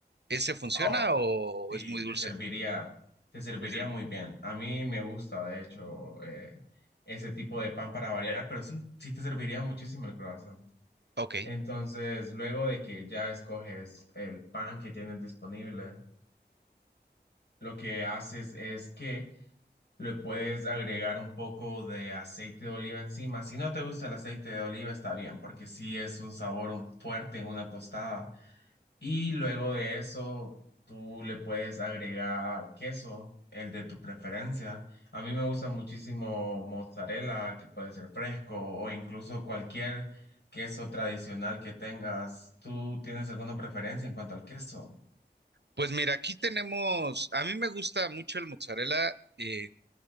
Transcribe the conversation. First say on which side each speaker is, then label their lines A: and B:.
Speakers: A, on the right; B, on the left.
A: ¿ese funciona
B: Oh,
A: o
B: sí,
A: es muy dulce?
B: te serviría, te serviría
A: Te serviré.
B: muy bien. A mí me gusta, de hecho, eh, ese tipo de pan para variar, pero sí, sí te serviría muchísimo el croissant.
A: Ok.
B: Entonces, luego de que ya escoges el pan que tienes disponible, lo que haces es que le puedes agregar un poco de aceite de oliva encima. Si no te gusta el aceite de oliva, está bien, porque sí es un sabor un- fuerte en una tostada y luego de eso, tú le puedes agregar queso, el de tu preferencia. A mí me gusta muchísimo mozzarella, que puede ser fresco o incluso cualquier queso tradicional que tengas. ¿Tú tienes alguna preferencia en cuanto al queso?
A: Pues mira, aquí tenemos, a mí me gusta mucho el mozzarella eh,